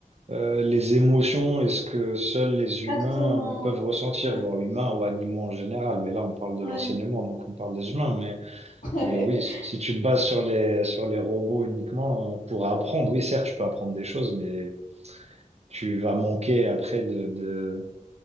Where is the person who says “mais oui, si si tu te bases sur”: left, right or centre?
Right